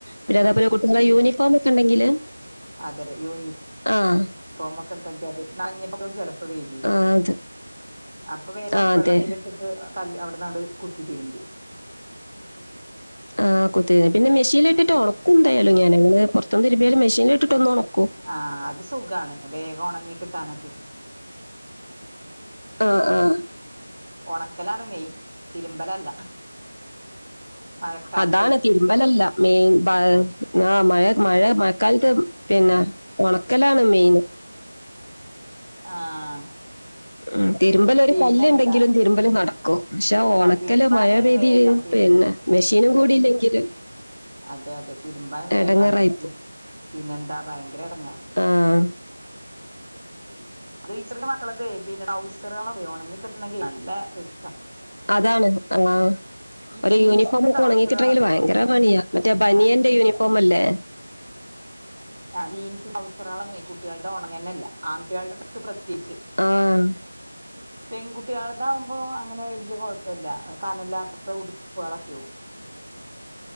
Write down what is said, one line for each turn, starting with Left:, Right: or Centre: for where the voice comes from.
Left: പിന്നെ അതേ പോലെ കുട്ടികളെ യൂണിഫോമൊക്കെ ഉണ്ടെങ്കില്
Right: അതെല്ലേ യൂണി
Left: ആഹ്
Right: ഫോമൊക്കെ ഉണ്ടെങ്കി അത് നനഞ്ഞിട്ടും ചിലപ്പോ വെരൊയ്
Left: ആഹ് അത്
Right: അപ്പൊ വേഗം
Left: ആഹ്
Right: വെള്ളത്തി
Left: അതെ
Right: ഇട്ടിട്ട് കല്ല് അവിട്ന്നാണ്ട് കുത്തിതിര്മ്പും.
Left: ആ കുത്തി പിന്നെ മെഷീൻലിട്ടിട്ട് ഉണക്കും എന്തായാലും ഞാന് ഞങ്ങള് പുറത്തുന്ന്തിര്മ്പിയാലും മെഷീൻലിട്ടിട്ട് ഒന്ന് ഉണക്കും.
Right: ആ അത് സുഖാണ്, വേഗം ഉണങ്ങി കിട്ടാനൊക്കെ.
Left: ആ ആ.
Right: ഉണക്കലാണ് മെയിൻ തിരുമ്പലല്ല. മഴക്കാലത്തേ
Left: അതാണ് തിര്മ്പലല്ല മെയിൻ ആ മഴ മഴ മഴക്കാലത്ത് പിന്നെ. ഉണക്കലാണ് മെയിൻ.
Right: ആഹ്
Left: ഉം തിരുമ്പല് ഒരു
Right: പിന്നെന്താ
Left: കല്ല് ഉണ്ടെങ്കിലും തിരുമ്പൽ നടക്കും. പക്ഷെ ഉണക്കല്
Right: ആഹ് തിരുമ്പാന്
Left: മഴ പെയ്തി
Right: വേഗാണ് തിരും
Left: പിന്നെ മെഷീനും കൂടിയില്ലെങ്കില്.
Right: അതെ അതെ തിരുമ്പാൻ വേഗാണ്
Left: എടങ്ങേറായിപ്പോ
Right: പിന്നെന്താ ഭയങ്കര എടങ്ങാ
Left: ആഹ്
Right: ഈ ച്ചെറിയ മക്കളതെ പിന്നെ ടൗസറുകളൊക്കെ ഒണങ്ങി കിട്ടണെങ്കിൽ നല്ല റിസ്ക്കാ
Left: അതാണ് ആഹ്
Right: ഈ
Left: ഒരു
Right: ജീൻസിന്റെ
Left: യൂണിഫോമ് ഒക്കെ
Right: ട്രൗസറുകളൊക്കെ
Left: ഉണങ്ങിക്കിട്ടണെങ്കിൽ ഭയങ്കര പണിയാ മറ്റേ ബനിയന്റെ
Right: ആഹ്
Left: യൂണിഫോം അല്ലേ.
Right: ആ ജീൻസ് ട്രൗസറാളൊന്നേ കുട്ടികളുടെ ഉണങ്ങന്നല്ല. ആൺട്ടികളുടെ ഡ്രസ്സ് പ്രത്യേകിച്ച്.
Left: ആഹ്.
Right: പെൺകുട്ട്യാളതാകുമ്പോ അങ്ങനെ വലിയ കൊഴപ്പല്ല കനല്ലാത്ത ഉടുപ്പാളൊക്കെയാവും.